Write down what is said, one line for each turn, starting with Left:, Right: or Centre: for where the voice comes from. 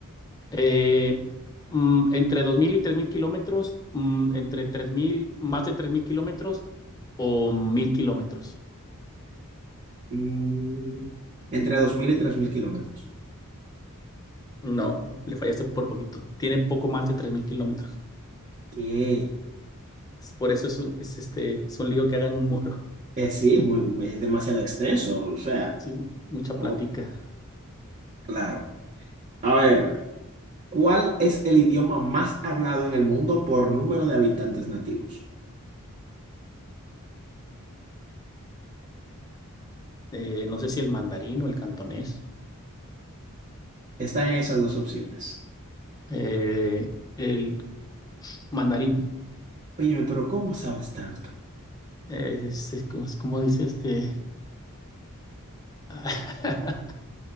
Left: Eh, mm, entre 2.000 y 3.000 kilómetros, mm, entre 3.000 más de 3.000 kilómetros o 1.000 kilómetros.
Right: Mm, entre 2.000 y 3.000 kilómetros.
Left: No, le fallaste por poquito. Tiene poco más de 3.000 kilómetros.
Right: ¿Qué?
Left: Entonces, por eso es un, es este, es un lío que hagan un muro. <laughs>
Right: Eh, sí, muy, muy- es demasiado extenso, o sea,
Left: Sí, mucha
Right: oh,
Left: plática.
Right: claro. A ver, ¿cuál es el idioma más hablado en el mundo por número de habitantes nativos?
Left: Eh, no sé si el mandarín o el cantonés.
Right: Están esas dos opciones.
Left: Eh, el mandarín.
Right: Óyeme, pero ¿cómo sabes tanto?
Left: Eh, es, es como es como dice este. <laughs>